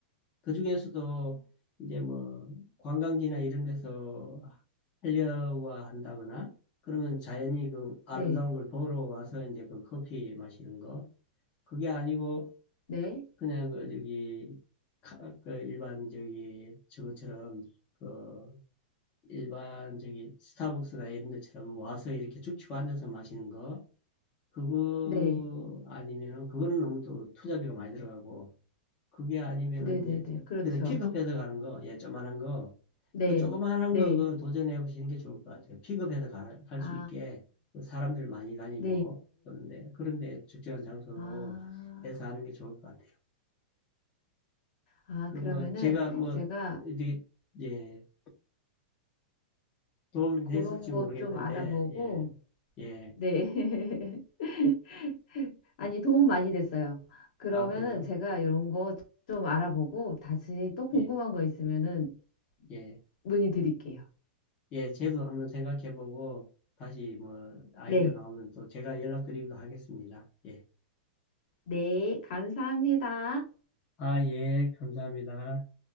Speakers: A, on the left (about 25°); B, on the left (about 55°).
A: 그 중에서도 이제 뭐 관광지나 이런 데서 하려고 한다거나 그러면 자연히 그 아름다운
B: 네,
A: 걸 보러 와서 이제 그 커피 마시는 거 그게 아니고
B: 네,
A: 그냥 그 저기 카- 그 일반 저기 저것처럼 그 일반 저기 스타벅스나 이런 데처럼 와서 이렇게 쭉고 앉아서 마시는 거 그거
B: 네,
A: 아니면은 그거는 너무 또 투자비가 많이 들어가고 그게 아니면은
B: 네, 네,
A: 이제
B: 네, 그렇죠.
A: 그냥 픽업해서 가는 거, 예, 조그만한 거,
B: 네,
A: 그 조그만한
B: 네,
A: 거 그 도전해 보시는 게 좋을 것 같아요. 픽업해서 갈
B: 아,
A: 수 있게 그 사람들 많이 다니고
B: 네,
A: 그런데 그런데 적절한 장소로
B: 아.
A: 해서 하는 게 좋을 것 같아요.
B: 아,
A: 그
B: 그러면은
A: 뭐 제가 뭐
B: 제가
A: 이제 예, 도움이
B: 그런
A: 됐을지
B: 거
A: 모르겠는데
B: 좀 알아보고,
A: 예, 예,
B: 네. <laughs> 아니, 도움 많이 됐어요. 그러면은
A: 아 그래요?
B: 제가 이런 거 좀 알아보고 다시 또 궁금한
A: 예,
B: 거 있으면은
A: 예,
B: 문의 드릴게요.
A: 예, 제도 한번 생각해 보고 다시 뭐 아이디어
B: 네.
A: 나오면 또 제가 연락드리기도 하겠습니다. 예.
B: 네. 감사합니다.
A: 아, 예, 감사합니다.